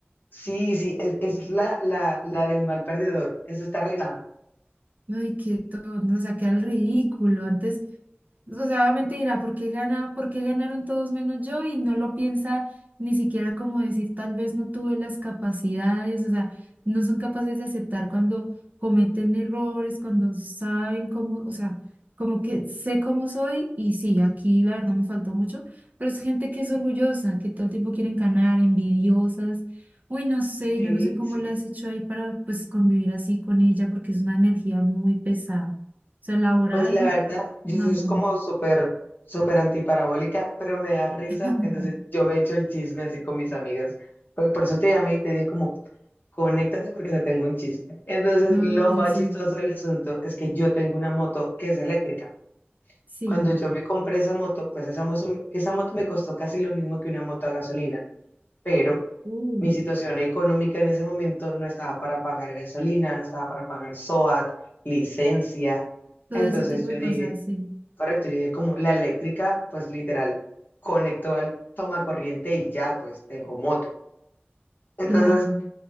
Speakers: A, on the left; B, on the right.
A: Sí, sí, es, es la, la, la del mal perdedor. Eso está arreglado.
B: Ay, qué tono nos saqué al ridículo. Antes, o sea, obviamente dirá, ¿por qué gana, por qué ganaron todos menos yo? Y no lo piensa ni siquiera como decir, tal vez no tuve las capacidades, o sea, no son capaces de aceptar cuando cometen errores, cuando saben cómo, o sea, como que sé cómo soy y sí, aquí la verdad me faltó mucho, pero es gente que es orgullosa, que todo el tiempo quieren ganar, envidiosas Uy, no sé,
A: Sí,
B: yo no sé cómo
A: sí.
B: le has hecho ahí para pues convivir así con ella porque es una energía muy pesada. O sea, laboral,
A: Pues la verdad, yo
B: no,
A: soy
B: no,
A: como
B: no.
A: súper, súper antiparabólica, pero me da risa.
B: <laughs>
A: Entonces yo me he hecho el chisme así con mis amigas. Porque por eso te llamé y te dije como, conéctate porque te tengo un chisme. Entonces
B: No,
A: lo
B: yo
A: más
B: sí,
A: chistoso del asunto es que yo tengo una moto que es eléctrica.
B: sí.
A: Cuando yo me compré esa moto, pues esa moto, esa moto me costó casi lo mismo que una moto a gasolina. pero
B: Uy,
A: mi situación económica en ese momento no estaba para pagar gasolina, no estaba para pagar SOAT, licencia.
B: todo
A: Entonces
B: ese tipo
A: yo
B: de
A: dije,
B: cosas, sí,
A: correcto, yo dije como la eléctrica, pues literal, conectó al toma corriente y ya, pues tengo moto. Entonces
B: claro.